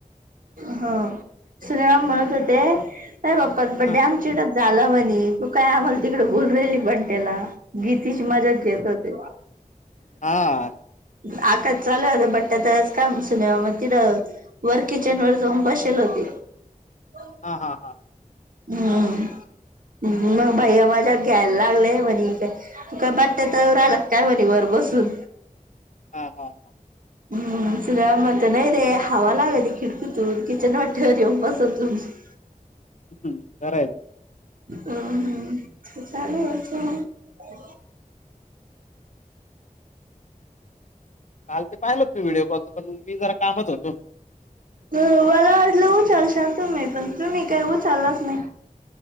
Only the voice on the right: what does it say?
हा सुनीराम म्हणत होते का बाप्पाच बड्डे
आमचे झालं म्हणे तू काय आम्हाला तिकडे बोल राहिलली पण त्याला गीतीची मज्या घेत होते
<inaudible> <unintelligible>
हम्म मगं भाईया माझ्या घ्यायला लागले म्हणे का तू का बाट्यत राहिला काय म्हणे बरो बसून
हम्म शिऱ्या म्हणत नाही रे हावा लागती खिडकीतून किचन वाटेवर येऊन बसा तुम्ही. <unintelligible>
हू, हू ते चालू हे चालू
होय मला वाटलं उचलशील तुम्ही पण तुम्ही काही उचलाच नाही.